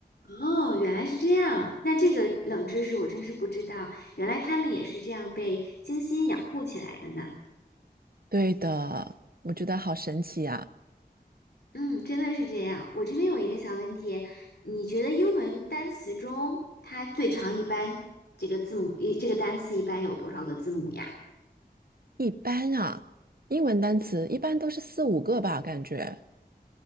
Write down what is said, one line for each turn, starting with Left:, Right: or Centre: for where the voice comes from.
Left: 哦，原来是这样。那这个冷知识我真是不知道，原来他们也是这样被精心养护起来的呢。
Right: 对的，我觉得好神奇呀、
Left: 嗯，真的是这样。我这边有一个小问题，你觉得英文单词中它最长一般这个字母，一这个单词一般有多少个字母呀？
Right: 一般啊，英文单词一般都是四五个吧，感觉。